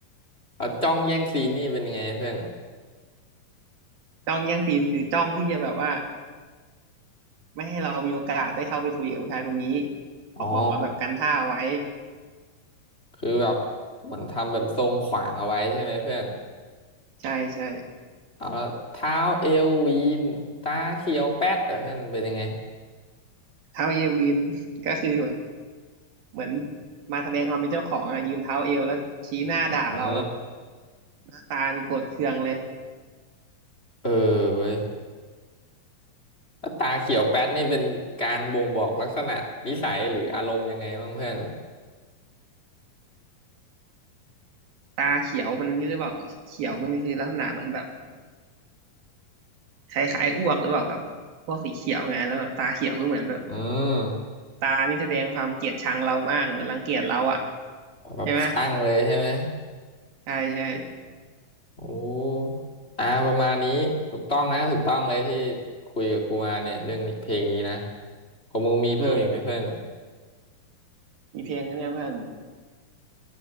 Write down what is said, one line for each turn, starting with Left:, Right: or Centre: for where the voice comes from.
Left: ่ะจ้องแย่งซีนนี่เป็นยังไงเพื่อน
Right: จ้องแย่งซีนคือจ้องที่จะแบบว่าไม่ให้เรามีโอกาสได้เข้าไปคุยกับผู้ชายคนนี้ออกออกมาแบบกันท่าไว้
Left: อ๋อคือแบบเหมือนทำแบบทรงขวางเอาไว้ใช่ไหมเพื่อน
Right: ใช่ใช่
Left: เอาแล้วเท้าเอววีนตาเขียวแป๊ดเหรอเพื่อนเป็นยังไง
Right: เท้าเยวินก็คือแบบ เหมือนมาแสดงความเป็นเจ้าของอ่ะยืนเท้าเอวแล้วชี้หน้าด่าเรา
Left: อ๋อ
Right: หน้าตานี่โกรธเคืองเลย
Left: เออเว้ยแล้วตาเขียวแป๊ดนี่เป็นการบ่งบอกลักษณะนิสัยหรืออารมณ์ยังไงบ้างเพื่อน
Right: ตาเขียวมันนี่หรือเปล่าเขียวมันคือลักษณะเหมือนแบบคล้ายๆอ้วกหรือเปล่าแบบพวกสีเขียวไงแล้วแบบตาเขียวก็เหมือนแบบ
Left: อืม
Right: ตานี่แสดงความเกลียดชังเรามากเหมือนรังเกียจเราอ่ะ
Left: แบบคลั่งเลยใช่ไหม
Right: ใช่ไหมใช่ใช่
Left: โอ้อ่าประมาณนี้ถูกต้องนะถูกต้องเลยที่คุยกับกูมาเนี่ยเรื่องนี้เพลงนี้นะของมึงมีเพิ่มอีกไหมเพื่อน
Right: อืมมีเพลงอันเนี้ยเพื่อน